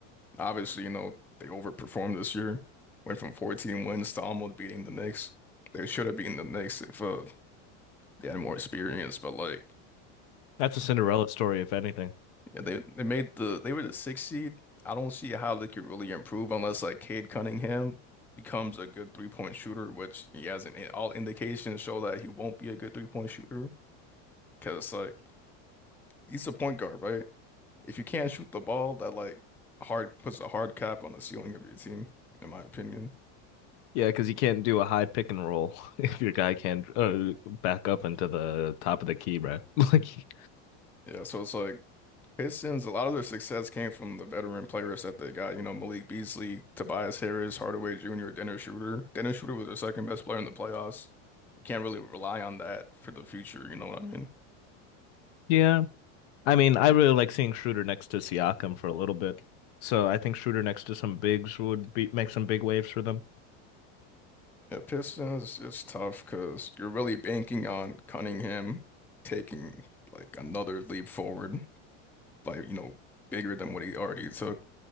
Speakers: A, in the centre; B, on the left (about 65°).
A: obviously you know they overperformed this year, went from 14 wins to almost beating the Knicks. They should have beaten the Knicks if uh, they had more experience, but like.
B: That's a Cinderella story, if anything.
A: Yeah, they they made the they were the sixth seed. I don't see how they could really improve unless like Cade Cunningham becomes a good three point shooter, which he hasn't. All indications show that he won't be a good three point shooter because like he's a point guard, right? If you can't shoot the ball, that like hard puts a hard cap on the ceiling of your team, in my opinion.
B: Yeah, because you can't do a high pick and roll <laughs> if your guy can't uh, back up into the top of the key, bro. <laughs> Like,
A: Yeah, so it's like Pistons. A lot of their success came from the veteran players that they got. You know, Malik Beasley, Tobias Harris, Hardaway Jr., Dennis Schroeder. Dennis Schroeder was their second best player in the playoffs. you can't really rely on that for the future, you know what I mean?
B: yeah. I mean, I really like seeing Schroeder next to Siakam for a little bit. So I think Schroeder next to some bigs would be make some big waves for them.
A: Yeah, Pistons is tough because you're really banking on Cunningham taking like another leap forward, like, you know, bigger than what he already took.